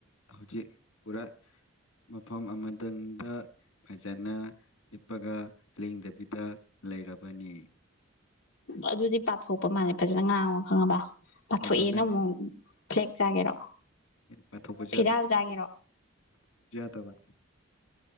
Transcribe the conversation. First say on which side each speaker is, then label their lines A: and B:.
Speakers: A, on the left; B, on the left.
A: ꯍꯧꯖꯤꯛ ꯄꯨꯔꯥ ꯃꯐꯝ ꯑꯃꯗꯪꯗ ꯐꯖꯅ ꯂꯦꯞꯄꯒ ꯂꯦꯡꯗꯕꯤꯗ ꯂꯩꯔꯕꯅꯤ
B: ꯑꯗꯨꯗꯤ ꯄꯥꯊꯣꯛꯄ ꯃꯥꯜꯂꯦ ꯐꯖꯅ ꯉꯥꯡꯉꯣ ꯈꯪꯉꯕ ꯄꯥꯊꯣꯛꯑꯦꯅ
A: ꯐꯖꯅ
B: ꯑꯃꯨꯛ ꯐ꯭ꯂꯦꯛ ꯆꯥꯒꯦꯔꯣ
A: ꯄꯥꯊꯣꯛꯄꯁꯨ
B: ꯐꯤꯔꯥꯜ ꯆꯥꯒꯦꯔꯣ
A: ꯗꯕ